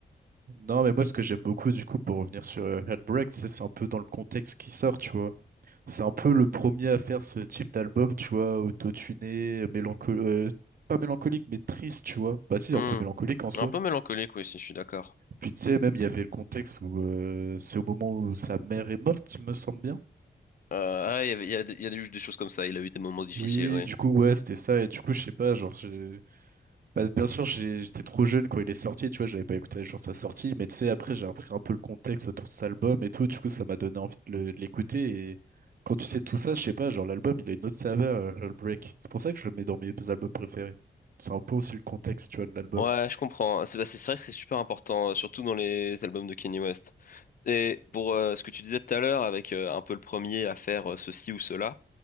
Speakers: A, on the right; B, on the left.
A: Non, mais moi ce que j'aime beaucoup du coup pour revenir sur euh, Heartbreak, c'est c'est un peu dans le contexte qui sort, tu vois. C'est un peu le premier à faire ce type d'album, tu vois, autotuné, mélancolique, pas mélancolique, mais triste, tu vois. Bah si,
B: Hmm.
A: un peu mélancolique en soi.
B: Un peu mélancolique, oui, si je suis d'accord.
A: Puis tu sais, même, il y avait le contexte où euh, c'est au moment où sa mère est morte, il me semble bien.
B: Euh, ah, il y avait- il y a, des- il y a eu des choses comme ça. Il a eu des moments difficiles,
A: Oui,
B: oui.
A: du coup, ouais, c'était ça. Et du coup, je sais pas, genre, j'ai- Bah, bien sûr, j'ai- j'étais trop jeune quand il est sorti, tu vois, j'avais pas écouté le jour de sa sortie, mais tu sais, après, j'ai appris un peu le contexte autour de cet album et tout, du coup, ça m'a donné envie de le- de l'écouter. Et quand tu sais tout ça, je sais pas, genre, l'album, il a une autre saveur, euh, le break. C'est pour ça que je le mets dans mes albums préférés. C'est un peu aussi le contexte, tu vois, de l'album.
B: Ouais, je comprends. C'est bah, c'est vrai que c'est super important, euh, surtout dans les albums de Kanye West. Et pour euh, ce que tu disais tout à l'heure, avec euh, un peu le premier à faire euh, ceci ou cela,